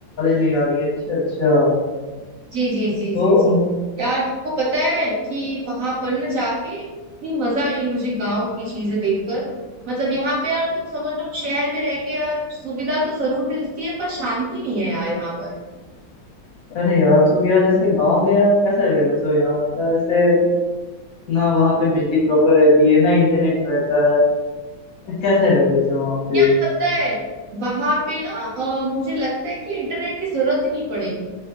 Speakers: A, on the left (about 55°); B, on the right (about 65°).
A: नहीं आ रही हैं अच्छा अच्छा
B: जी जी जी
A: तो
B: जी जी यार तुमको पता है कि वहां पर ना जाके इतनी मजा आई मुझे गांव की चीजें देखकर मतलब यहाँ पे यार तुम समझ लो शहर में रह के यार सुविधा तो जरूर मिलती है पर शांति नहीं है यार यहाँ पर
A: अरे यार तुम यार ऐसे गांव में यार कैसे रह लेते हो यार मतलब ऐसे ना वहाँ पे बिजली प्रॉपर रहती है ना इंटरनेट रहता है कैसे रह लेते हो वहाँ पे
B: यार पता है वहां पे ना अ, मुझे लगता है कि इंटरनेट की जरूरत ही नहीं पड़ेगी